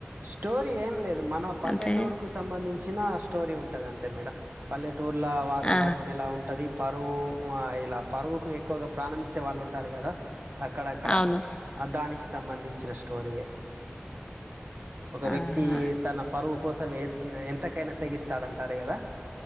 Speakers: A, on the right (about 50°); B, on the left (about 25°).
A: స్టోరీ ఏం లేదు మన పల్లెటూర్కు
B: అంటే
A: సంబంధించిన స్టోరీ ఉంటది అంతే మేడం పల్లె టూర్ల వాతావరణం
B: ఆ
A: ఎలా ఉంటది పరువు ఇలా పరువుకు ఎక్కువగా ప్రాణం వచ్చే వాళ్ళు ఉంటారు కదా అక్కడక్కడ
B: అవును
A: దానికి సంబంధించిన స్టోరీయే ఒక వ్యక్తి
B: ఆహా
A: తన పరువు కోసం ఎ ఎంతకైనా తెగిస్తాడంటారు కదా